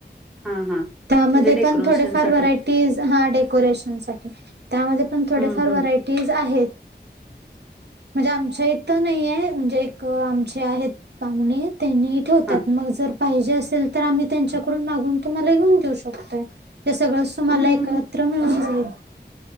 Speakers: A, in the centre; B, on the right.
A: हा हा
B: त्यामध्ये
A: म्हणजे डेकोरेशन
B: पण थोडेफार
A: साठी
B: व्हरायटीज हा डेकोरेशन साठी, त्यामध्ये पण थोडेफार
A: हम्म हम्म
B: व्हरायटी ज आहेत.
A: <inaudible>
B: म्हणजे आमच्या इथं नाही म्हणजे एक आमचे आहेत पाहुणे त्यांनी ठेवतात
A: हा.
B: मग पाहिजे असेल तर आम्ही त्यांच्याकडून मागून तुम्हाला येेऊन देऊ शकतो. ते सगळंच तुम्हाला
A: हम्म
B: एकत्र मिळून जाईल.